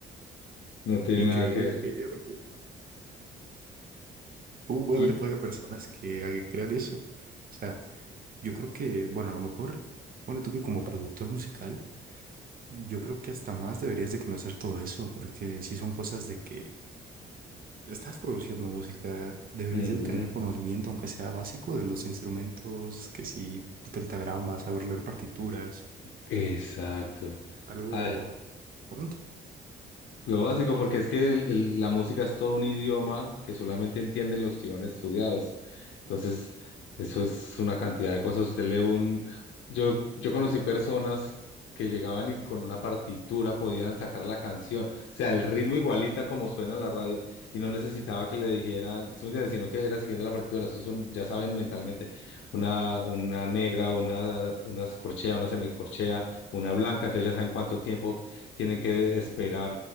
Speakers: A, on the left; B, on the right.
A: no tiene
B: increíble.
A: nada que ver.
B: eh, oye. Uh, puede
A: Y,
B: haber todavía personas que hagan- crean eso. O sea, yo creo que, bueno, a lo mejor, pone tú que como productor musical, yo creo que hasta más deberías de conocer todo eso, porque si son cosas de que estás produciendo música, deberías
A: ujú.
B: de tener conocimiento, aunque sea básico, de los instrumentos, que si pentagramas, saber leer partituras,
A: Exacto.
B: algo,
A: A
B: un
A: lo básico, porque es que el- el- la música es todo un idioma que solamente entienden los que lo han estudiado Entonces, eso es una cantidad de cosas. Usted lee un... Yo, yo conocí personas que llegaban y con una partitura podían sacar la canción. O sea, el ritmo igualita como suena en la radio. Y no necesitaba que le dijeran, ¿sí me entiendes? Sino que era siguiendo la partitura. Eso es un- ya saben mentalmente, una, una negra, una, una corchea, una semicorchea, una blanca. Entonces ya saben cuánto tiempo tienen que esperar